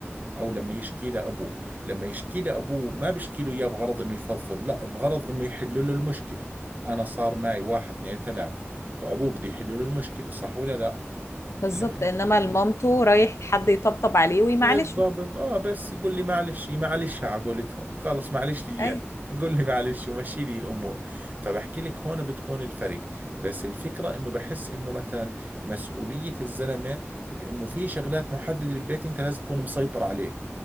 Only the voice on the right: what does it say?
او لما يشكي له ابوه لما يشكي له ابوه ما بيشكي له اياه بغرض انه يفضفض لا بغرض انه يحل له المشكله انا صار معي واحد اثنين ثلاث فابوه بده يحل له المشكله صح ولا لا
لما
بالضبط اه بس يقول لي معلش معلش على قولتهم خلص معلش لي
اياه قول لي معلش ومشي لي الامور فبحكي لك هون بتكون الفرق بس الفكره انه بحس انه مثلا مسؤوليه الزلمه بانه في شغلات محدده بالبيت انت لازم تكون مسيطر عليها